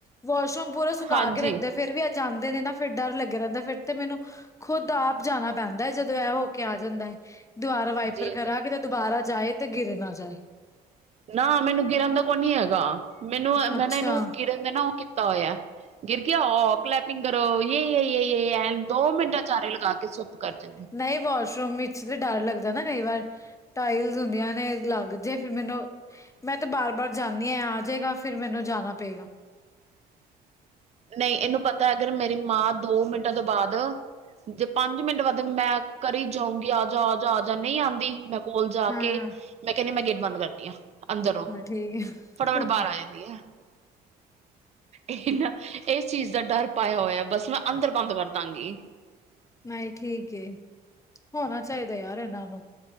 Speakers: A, on the left; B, on the right.
A: ਵਾਸ਼ਰੂਮ ਪੂਰਾ ਸੁਕਾ
B: ਹਾਂਜੀ
A: ਕੇ ਰੱਖਦੇ ਫਿਰ ਵੀ ਐ ਜਾਂਦੇ ਨੇ ਨਾ ਫਿਰ ਡਰ ਲੱਗਿਆ ਰੈੰਦਾ ਫਿਰ ਤੇ ਮੇਨੂੰ ਖੁੱਦ ਆਪ ਜਾਣਾ ਪੈਂਦਾ ਜਦੋਂ ਐ ਹੋ ਕੇ ਆ ਜਾਂਦਾ ਈ। ਦੋਬਾਰਾ ਵਾਈਪਰ
B: ਜੀ
A: ਕਰਾ
B: ਜੀ
A: ਕਿਤੇ ਦੋਬਾਰਾ ਜਾਏ ਤੇ ਗਿਰ ਨਾ ਜਾਏ।
B: ਨਾ ਮੈਨੂੰ ਗਿਰਨ ਦਾ ਕੋਈ ਨੀ ਹੈਗਾ ਮੈਨੂੰ ਐ ਨਾ
A: ਅੱਛਾ
B: ਐ ਨਾ ਏੱਨੂੰ ਗਿਰਨ ਮੈ‌ ਨਾ ਓ ਕੀਤਾ ਹੋਯਾ ਗਿਰ ਗਿਆ ਔ ਕਲੈਪ ਨਿੰਗਰੋ ਯੈ ਯੈ ਯੈ ਯੈ ਦੋ ਮਿੰਟਾਂ ਚਾਰੇ ਲਗਾ ਕੇ ਚੁੱਪ ਕਰ ਜਾਂਦੇ।
A: ਨਏ ਵੋਸ਼ ਰੂਮ ਵਿੱਚ ਤੇ ਡਰ ਲੱਗਦਾ ਨਾ ਕਈ ਵਾਰ ਟਾਇਲਸ ਹੁੰਦੀਆਂ, ਨੇ ਲੱਗ ਜੇ ਫਿਰ ਮੈਨੂੰ ਮੈਂ ਤੇ ਬਾਰ-ਬਾਰ ਜਾਣੀ ਆ ਐ ਆਜੇਗਾ ਫਿਰ ਮੈਨੂੰ ਜਾਣਾ ਪਏਗਾ।
B: ਨਈ ਏਨੂੰ ਪਤਾ ਅਗਰ ਮੇਰੀ ਮਾਂ ਦੋ ਮਿੰਟਾਂ ਤੋਂ ਬਾਅਦ ਜੇ ਪੰਜ ਮਿੰਟ ਬਾਦ ਮੈਂ ਕਰੀਂ ਜਾਊਂਗੀ ਆਜਾ-ਆਜਾ-ਆਜਾ ਨਹੀਂ ਆਂਦੀ ਮੈਂ ਕੋਲ ਜਾ
A: ਹਾਂ
B: ਕੇ ਮੈਂ ਕੈਣੀ ਮੈਂ ਗੇਟ ਬੰਦ ਕਰਨੀ ਆ। ਅੰਦਰੋ
A: ਠੀਕ
B: ਫਟਾਫਟ
A: ਹੈ
B: ਬਾਰ ਆ ਜਾਂਦੀ ਏ ਏਹ ਨਾ ਏਸ ਚੀਜ਼ ਦਾ ਡਰ ਪਾਯਾ ਹੋਯਾ ਬਸ ਮੈਂ ਅੰਦਰ ਬੰਦ ਕਰਦਾਂਗੀ।
A: ਨਈ ਠੀਕ ਏ ਹੋਣਾ ਚਾਇਦਾ ਯਾਰ ਏਨਾਂ ਨੂੰ।